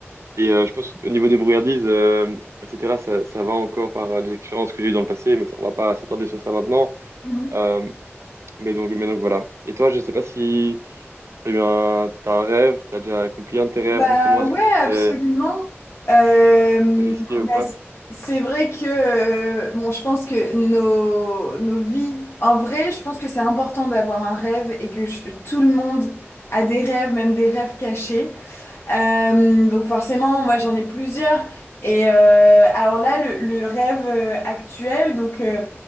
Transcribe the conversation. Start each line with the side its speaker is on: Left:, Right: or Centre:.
Right: Et euh, je pense au niveau des brouillardises, euh, etc., ça, ça va encore par euh, les expériences que j'ai eues dans le passé, mais ça- on va pas s'attarder sur ça maintenant.
Left: Mhm.
Right: Euh, Mais donc, mais donc voilà. Et toi, je sais pas si t'as eu un, t'as un rêve, t'as déjà accompli un de tes rêves
Left: Bah
Right: récemment, est-ce
Left: ouais,
Right: que c'était
Left: absolument. Euh,
Right: risqué ou
Left: bah,
Right: pas?
Left: c- c'est vrai que euh, bon, je pense que nos, nos vies, en vrai, je pense que c'est important d'avoir un rêve et que je- tout le monde a des rêves, même des rêves cachés. Euh, donc forcément, moi j'en ai plusieurs. Et euh, alors là, le, le rêve euh, actuel, donc euh,